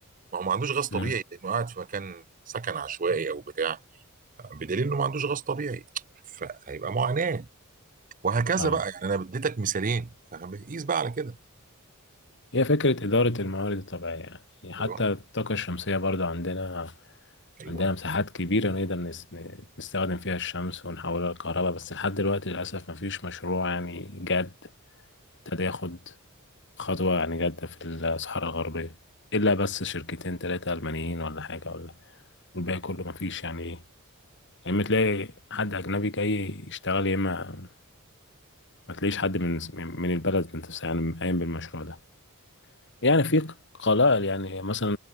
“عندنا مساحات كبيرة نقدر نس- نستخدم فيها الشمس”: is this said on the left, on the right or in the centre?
Left